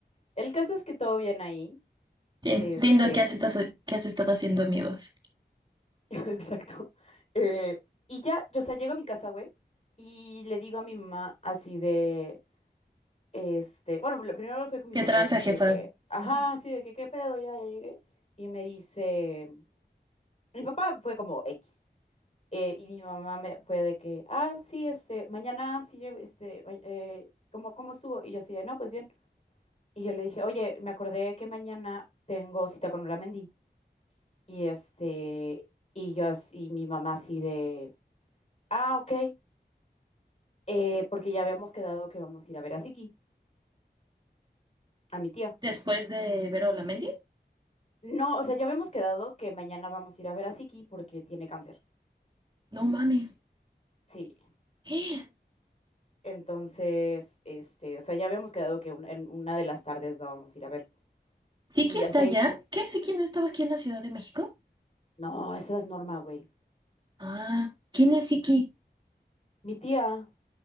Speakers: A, on the left; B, on the right.
A: el caso es que todo bien ahí.
B: Sí,
A: Este,
B: lindo que has estado, que has estado haciendo amigos.
A: <laughs> Exacto. eh, y ya, yo, o sea, llego a mi casa, güey, y le digo a mi mamá así de, Este, bueno, lo primero fue con mi
B: ¿Qué
A: papá,
B: tranza,
A: fue así
B: jefa?
A: de que, ajá,
B: Ujú.
A: así de que, ¿qué pedo? Ya, ya llegué. Y me dice, mi papá fue como X. eh, y mi mamá me fue de que, ah, sí, este, mañana sí, eh, este, ma- eh, ¿cómo, cómo estuvo? Y yo así de, no, pues bien. Y yo le dije, oye, me acordé que mañana tengo cita con Olamendi. Y este, y yo así, y mi mamá así de, ah, ok, eh, porque ya habíamos quedado que vamos a ir a ver a Siki, a mi tía.
B: Después de ver a Olamendi.
A: No, o sea, ya habíamos quedado que mañana vamos a ir a ver a Siki porque tiene cáncer.
B: No mames.
A: Sí.
B: <gasps> ¡Eh!
A: Entonces, este, o sea, ya habíamos quedado que un- en una de las tardes la vamos a ir a ver.
B: ¿Siki
A: Y
B: está
A: hasta
B: allá?
A: ahí.
B: ¿Qué? ¿Siki no estaba aquí en la Ciudad de México?
A: No, esa es Norma, güey.
B: Ah, ¿quién es Siki?
A: Mi tía.